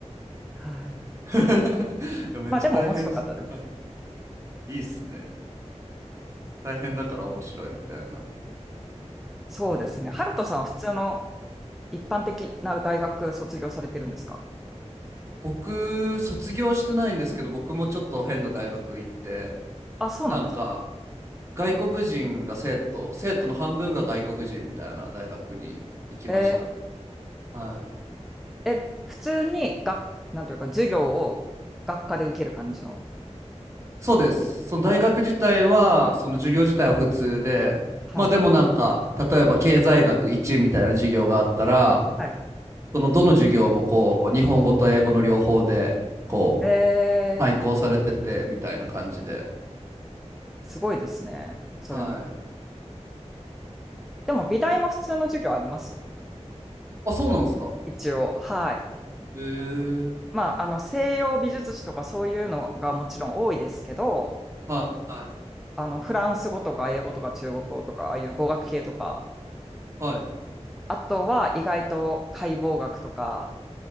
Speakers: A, in the centre; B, on the right.
A: はい。
B: <laughs> いやめっちゃ大変っす。
A: まあでも面白かったです。
B: はい。いいっすね。大変だから面白いみたいな
A: そうですね。
B: のもあります。
A: ハルトさんは普通の一般的な大学卒業されてるんですか
B: 僕、卒業してないんですけど、僕もちょっと変な大学行って、
A: あ、そうなんです。
B: なんか、外国人が生徒、生徒の半分が外国人みたいな大学に行きました。
A: え
B: はい。
A: え、普通に学、なんというか、授業を学科で受ける感じの。
B: そうです。その大学自体は、
A: あ、
B: その授業自体は普通で、
A: はい。
B: まあでもなんか、例えば経済学1みたいな授業があったら、
A: はい。
B: そのどの授業もこう、日本語と英語の両方で、こう、
A: えー、
B: 配校されてて、みたいな感じで。
A: すごいですね。それも。
B: はい。
A: でも、美大も普通の授業ありますよ。
B: あ、そうなんですか。
A: 一応。はい。
B: へえ。
A: まあ、あの、西洋美術史とかそういうのがもちろん多いですけど、
B: はい。
A: あの、フランス語とか英語とか中国語とか、ああいう語学系とか、
B: はい。
A: あとは意外と解剖学とか